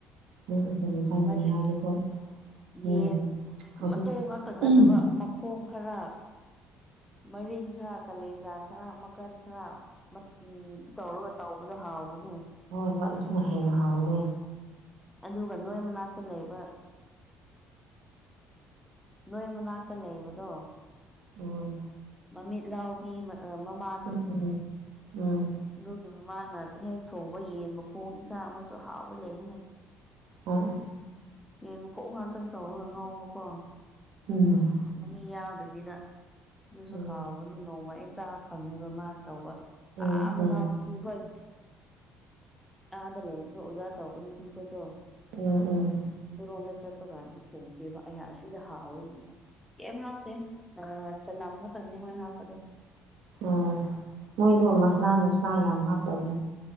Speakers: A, on the right; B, in the centre.
A: ꯅꯪ ꯁꯤꯡꯖꯨ ꯆꯥꯅꯤꯡꯉꯤ
B: ꯃꯔꯤ
A: ꯍꯥꯏꯔꯗꯤꯀꯣ
B: ꯌꯦꯟ
A: ꯎꯝ ꯍꯧꯖꯤꯛ
B: ꯃꯇꯣꯡ ꯉꯥꯛꯇꯪ ꯅꯠꯇꯕ
A: ꯎꯝ
B: ꯃꯈꯣꯡ ꯈꯔ ꯃꯔꯤꯟ ꯈꯔ ꯀꯥꯂꯦꯖꯥ ꯈꯔ ꯃꯈꯀꯟ ꯈꯔ ꯎꯝ ꯑꯗꯨ ꯇꯧꯔꯒ ꯇꯧ ꯃꯣꯏꯗꯤ ꯍꯥꯥꯎꯕꯅꯦ
A: ꯍꯣꯏ ꯍꯣꯏ ꯑꯗꯨꯅ ꯍꯦꯟꯅ ꯍꯥꯎꯅꯦ
B: ꯑꯗꯨꯒ ꯅꯣꯏ ꯃꯅꯥꯛꯇ ꯂꯩꯕ ꯅꯣꯏ ꯃꯅꯥꯛꯇ ꯂꯩꯕꯗꯣ
A: ꯎꯝ
B: ꯃꯃꯤꯠ ꯂꯥꯎꯕꯤ ꯃꯠ ꯑ ꯃꯥꯃꯥ
A: ꯎꯝ ꯎꯝ ꯎꯝ
B: ꯑꯗꯨꯒꯤ ꯃꯥꯅ ꯍꯦꯛ ꯊꯣꯡꯕ ꯌꯦꯟ ꯃꯈꯣꯡ ꯏꯟꯁꯥꯡ ꯑꯃꯁꯨ ꯍꯥꯎꯕ ꯂꯩꯅꯦ
A: ꯑꯣ
B: ꯌꯦꯟ ꯃꯈꯣꯡ ꯉꯥꯛꯇꯪ ꯇꯧꯔꯒ ꯉꯧꯕꯀꯣ
A: ꯎꯝ
B: ꯃꯍꯤ ꯌꯥꯎꯗꯕꯤꯗ ꯑꯗꯨꯁꯨ
A: ꯎꯝ
B: ꯍꯥꯎꯕꯅꯤ ꯅꯣꯡꯃ ꯑꯩ ꯆꯥꯕ ꯐꯪꯉꯤꯕ ꯃꯥ ꯇꯧꯕ
A: ꯎꯝ
B: ꯑ ꯃꯅꯥꯎ
A: ꯎꯝ
B: ꯅꯨꯄꯤꯈꯣꯏ ꯑꯥꯗ ꯂꯩꯕꯗꯣ ꯑꯣꯖꯥ ꯇꯧꯕ ꯅꯨꯄꯤꯈꯣꯏꯗꯣ
A: ꯎꯝ ꯎꯝ
B: ꯑꯗꯨꯔꯣꯝꯗ ꯆꯠꯄ ꯀꯥꯟꯗ ꯊꯣꯡꯒꯦꯕ ꯑꯩꯍꯥꯛ ꯑꯁꯤꯗ ꯍꯥꯎꯋꯣꯏꯅꯦꯕ ꯀꯩꯝ ꯍꯥꯞꯇꯦ ꯑ ꯆꯥꯅꯝ ꯈꯛꯇꯪꯅꯤ ꯃꯣꯏ ꯍꯥꯞꯄꯗꯣ
A: ꯎꯝ ꯃꯣꯏꯗꯣ ꯃꯁꯂꯥ ꯅꯨꯡꯁꯂꯥ ꯌꯥꯝ ꯍꯥꯞꯇꯕꯅꯤ